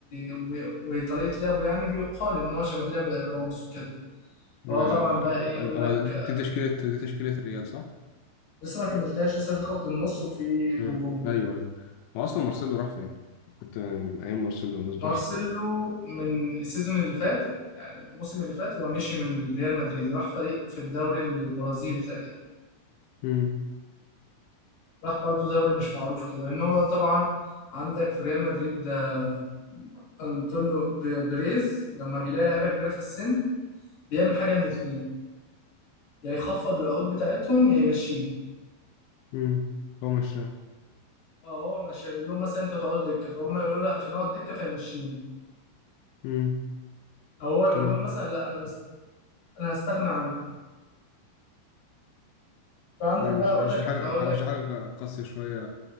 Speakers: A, on the left; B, on the left.
A: و... وطريقة لعبه يعني بيقال إن هو شبه لعب راموس وكده
B: ما-
A: فهو طبعا بقى إيه يقول
B: هو
A: لك
B: دي
A: آه،
B: دي تشكيلة دي تشكيلة الريال صح
A: لسه ما كملتهاش لسه في خط النص وفي الهجوم
B: امم ايوه ايوه هو اصلا مارسيلو راح فين؟ كنت من ايام مارسيلو والناس دول
A: مارسيلو من السيزون اللي فات يعني الموسم اللي فات هو مشي من ريال مدريد راح فريق في الدوري البرازيلي تقريبا
B: امم
A: راح برضو دوري مش معروف كده لان هو طبعا عندك في ريال مدريد ده انطونيو ب- بريز لما بيلاقي لعيبه كبيره في السن بيعمل حاجه من اتنين يا يخفض العقود بتاعتهم يا يمشيهم
B: امم هو مش
A: اه هو مش يقول لهم مثلا انتوا هتقعدوا دكه فهم يقولوا لا مش هنقعد دكه فيمشيهم
B: امم
A: او هو يقول
B: تمام
A: لهم مثلا لا انا مست... انا هستغنى عنكم فعندك
B: مم.
A: بقى
B: مش
A: اقول
B: مش
A: لك
B: دي حاجه
A: هقول لك
B: مش دي حاجه قاسيه شويه